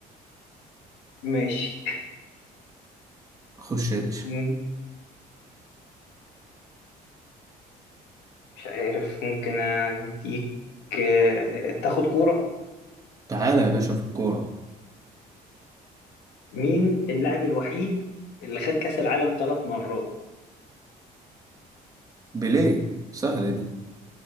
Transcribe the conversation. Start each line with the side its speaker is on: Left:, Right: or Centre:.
Left: ماشي
Right: خش يا باشا
Left: مم، مش عارف ممكن أديك آه تاخد كورة
Right: تعالى يا باشا في الكورة
Left: مين اللاعب الوحيد اللي خد كأس العالم ثلاث مرات
Right: بيليه سهلة دي